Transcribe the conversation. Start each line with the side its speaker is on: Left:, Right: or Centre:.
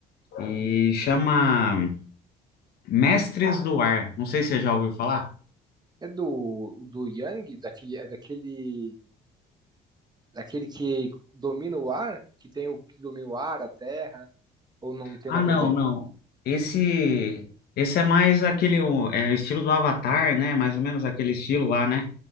Left: E
Right: Uhum.
Left: chama Mestres do Ar. Não sei se você já ouviu falar.
Right: É do, do Yang, daquele, é daquele, daquele que domina o ar, que tem o que domina o ar, a terra, ou não tem
Left: Ah,
Right: nada
Left: não,
Right: a ver?
Left: não. Esse, esse é mais aquele o- é, estilo do Avatar, né? Mais ou menos aquele estilo lá, né?